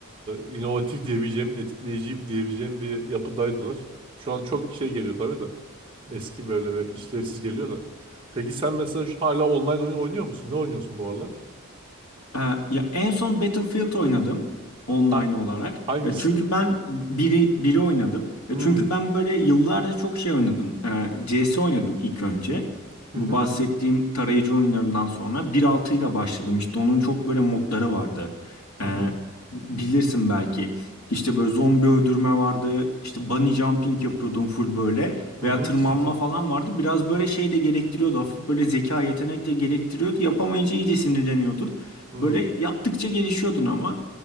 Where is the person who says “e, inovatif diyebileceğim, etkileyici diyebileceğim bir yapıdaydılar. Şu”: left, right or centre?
Right